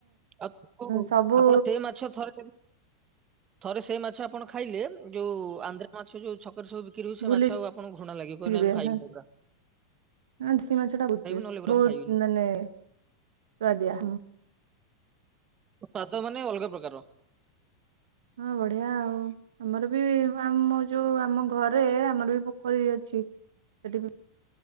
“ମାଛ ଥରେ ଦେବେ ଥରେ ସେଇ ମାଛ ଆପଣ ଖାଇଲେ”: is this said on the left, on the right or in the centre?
Right